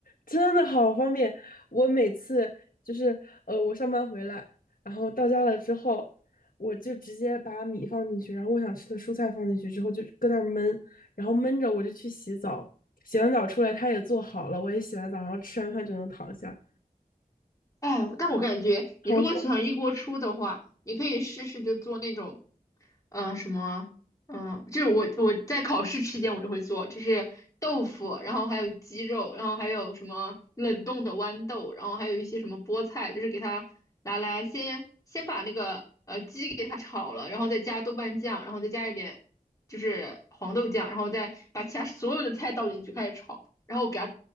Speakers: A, on the left (about 65°); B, on the left (about 20°).
A: 真的好方便！我每次就是呃，我上班回来，然后到家了之后，我就直接把米放进去，然后我想吃的蔬菜放进去之后，就搁那儿焖，然后焖着我就去洗澡，洗完澡出来它也做好了，我也洗完澡，然后吃完饭就能躺下，
B: 哎，但我感觉你如果喜欢一锅出的话，
A: 好爽！
B: 你可以试试就做那种呃什么，嗯、就是我我在考试期间我就会做，就是豆腐，然后还有鸡肉，然后还有什么冷冻的豌豆，然后还有一些什么菠菜，就是给它拿来先先把那个呃鸡给它炒了，然后再加豆瓣酱，然后再加一点就是黄豆酱，然后再把其他所有的菜倒进去开始炒，然后给它